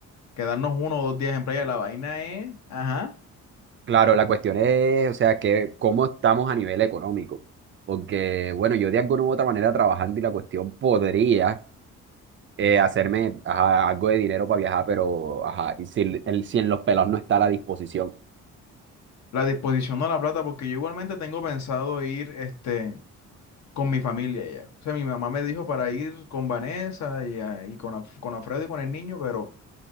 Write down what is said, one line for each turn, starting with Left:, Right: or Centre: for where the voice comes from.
Left: quedarnos uno o dos días en playa. La vaina es, ajá,
Right: Claro, la cuestión es, o sea, que cómo estamos a nivel económico. Porque, bueno, yo de alguna u otra manera trabajando y la cuestión podría eh, hacerme ajá, algo de dinero para viajar, pero ajá, y si, el- si en los pelos no está a la disposición.
Left: la disposición de la plata, porque yo igualmente tengo pensado ir, este, con mi familia ya. O sea, mi mamá me dijo para ir con Vanessa y, a- y con, Af- con Alfredo y con el niño, pero